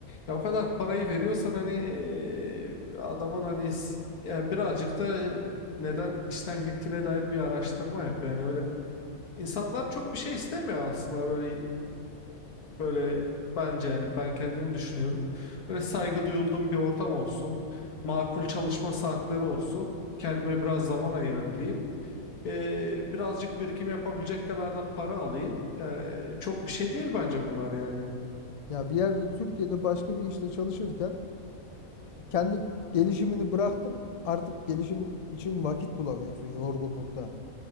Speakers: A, on the left; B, on the left.
A: ya o kadar parayı veriyorsan hani eee, adamın hani s- yani birazcık da neden işten gittiğine dair bir araştırma yap yani öyle İnsanlar çok bir şey istemiyor aslında böyle Böyle bence yani ben kendimi düşünüyorum. Böyle saygı duyulduğum bir ortam olsun. Makul çalışma saatleri olsun. Kendime biraz zaman ayırabileyim. Ee, birazcık birikim yapabilecek kadar da para alayım. Yani çok bir şey değil bence bunlar yani.
B: Ya bir yerde Türkiye'de başka bir işte çalışırken kendi gelişimini bıraktım. Artık gelişim için vakit bulamıyorsun yorgunluktan.